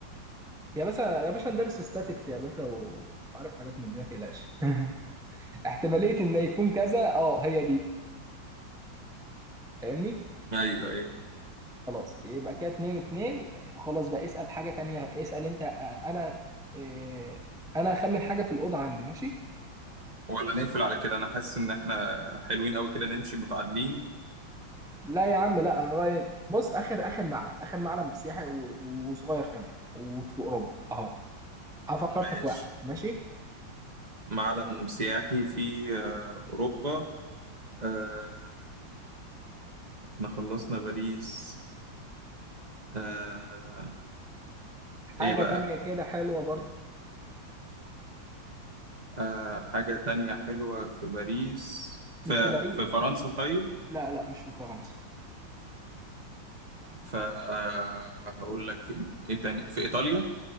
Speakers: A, in the centre; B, on the right (about 25°).
A: يا باشا يا باشا ندرس ستاتكس يا باشا و- وعارف حاجات من دي ما تقلقش <laughs> احتماليه ان يكون كذا اه هي دي فاهمني
B: ايوه ايوه
A: خلاص يبقى كده اتنين اتنين خلاص بقى اسال حاجه تانية اسال انت آه، انا آه، انا هخمن حاجه في الاوضه عندي ماشي
B: ولا نقفل على كده انا حاسس ان احنا حلوين قوي كده نمشي متعادلين
A: لا يا عم لا انا رايي بص اخر اخر معلم اخر معلم سياحي و- وصغير كمان وفي اوروبا اهو أنا فكرت
B: ماشي
A: في واحد ماشي
B: معلم سياحي في آه، اوروبا آه، احنا خلصنا باريس آه،
A: حاجه
B: ايه بقى
A: تانية كده حلوه برضو
B: آه، حاجة تانية حلوة في باريس في
A: مش في باريس
B: في فرنسا طيب
A: لا لا مش في فرنسا
B: فهقول لك فين ايه تاني في ايطاليا